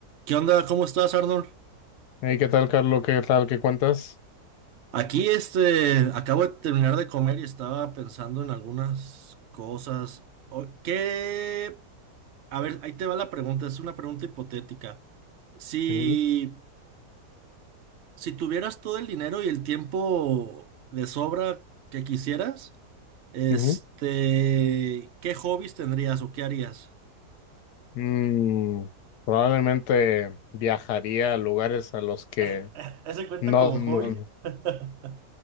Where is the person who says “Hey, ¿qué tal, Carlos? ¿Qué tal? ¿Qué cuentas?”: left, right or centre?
Left